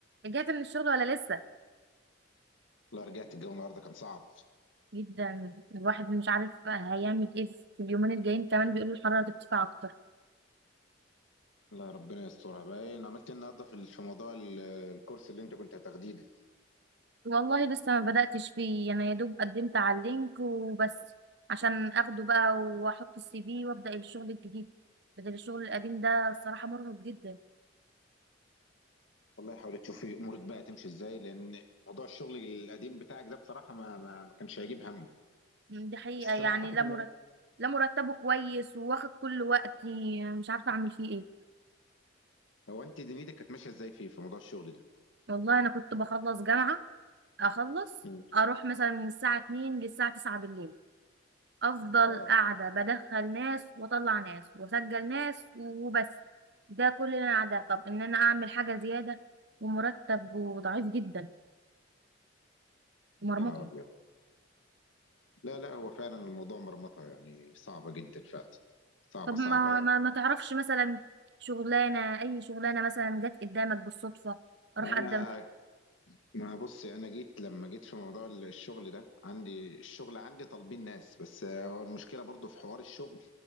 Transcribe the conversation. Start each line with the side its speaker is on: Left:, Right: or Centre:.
Right: رجعت من الشغل ولا لسه
Left: لا رجعت الجو النهارده كان صعب
Right: جدا الواحد مش عارف هيعمل ايه في اليومين الجايين كمان بيقولوا الحرارة ترتفع اكتر
Left: لا ربنا يسترها باين عملت ايه النهارده في ال- في موضوع ال- الكورس اللي انت كنت هتاخديه ده
Right: والله لسه ما بدأتش فيه انا يا دوب قدمت على اللينك وبس عشان اخده بقى واحط السي في وابدأ الشغل الجديد بدل الشغل القديم ده الصراحة مرهق جدا
Left: والله حاول تشوف إيه امورك بقى تمشي ازاي لان موضوع الشغل القديم بتاعك ده بصراحه ما ما, ما كانش هيجيب همه
Right: دي حقيقة
Left: بس
Right: يعني
Left: انا اعتقد
Right: لا
Left: ان
Right: مرتب لا مرتبه كويس وواخد كل وقتي مش عارفة اعمل فيه ايه
Left: هو انت دنيتك كانت ماشيه ازاي فيه في موضوع الشغل ده
Right: والله انا كنت بخلص جامعة اخلص
Left: مم.
Right: اروح مثلا من الساعة 2 للساعة 9 بالليل افضل
Left: اه
Right: قاعده بدخل ناس واطلع ناس واسجل ناس وبس ده كل اللي انا قاعده طب ان انا اعمل حاجه زياده ومرتب وضعيف جدا ومرمطه
Left: يا نهار ابيض لا لا هو فعلا الموضوع مرمطه يعني صعبه جدا فعلا صعبه
Right: طب ما
Left: صعبه يعني
Right: ما, ما تعرفش مثلا شغلانه اي شغلانه مثلا جت قدامك بالصدفه اروح
Left: انا
Right: اقدم فيها
Left: ما بص انا جيت لما جيت في موضوع الشغل ده عندي الشغل عندي طالبين ناس بس هو المشكله برضو في حوار الشغل